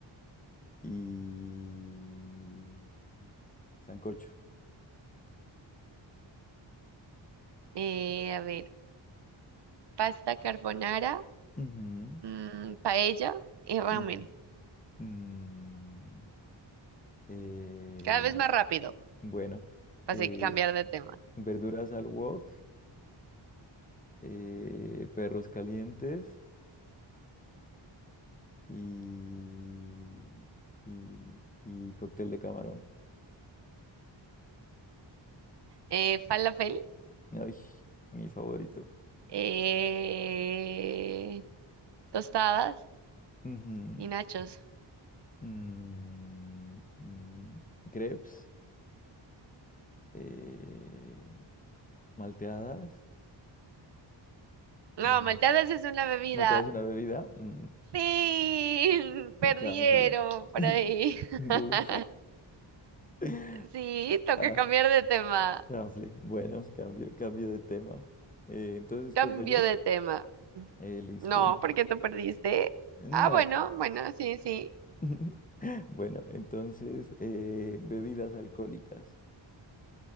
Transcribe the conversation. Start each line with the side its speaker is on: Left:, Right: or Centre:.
Left: y sancocho.
Right: Eh, a ver, pasta carbonara,
Left: Ujú,
Right: mm, paella y ramen.
Left: ujú. Mm, eh,
Right: Cada vez más rápido.
Left: bueno,
Right: pasé,
Left: eh,
Right: cambiar de tema.
Left: verduras al wok, eh, perros calientes y, y, y cóctel de camarón.
Right: Eh, falafel,
Left: Ay, mi favorito.
Right: eh, tostadas
Left: Ujú,
Right: y nachos.
Left: mm, mm, crepes, eh, malteadas.
Right: No,
Left: mm,
Right: malteadas es una bebida.
Left: malteadas es una bebida. mm,
Right: Fin, <laughs> perdieron
Left: chanfle.
Right: por
Left: <laughs>
Right: ahí. <laughs>
Left: Bu. <laughs>
Right: Sí, toca
Left: Ah,
Right: cambiar de tema.
Left: chanfle. Bueno, cambio, cambio de tema. Eh, entonces
Right: Cambio
Left: cojo yo.
Right: de tema.
Left: Eh, listo.
Right: No,
Left: en-
Right: porque tú perdiste.
Left: no.
Right: Ah, bueno, bueno, sí, sí.
Left: <laughs> Bueno, entonces eh, bebidas alcohólicas.